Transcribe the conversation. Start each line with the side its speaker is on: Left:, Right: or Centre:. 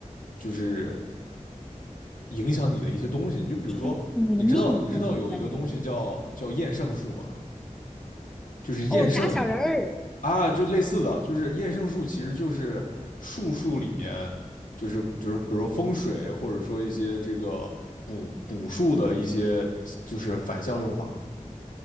Left: 就是影响你的一些东西。你就比如说，
Centre: 是你的命那种感觉。
Left: 你知道你知道有一个东西叫叫厌胜术吗？就是厌胜
Centre: 哦，扎小人儿，
Left: 啊，就类似的，就是厌胜术其实就是术数里面，就是就是比如说风水，或者说一些这个。补补数的一些就是反向用法，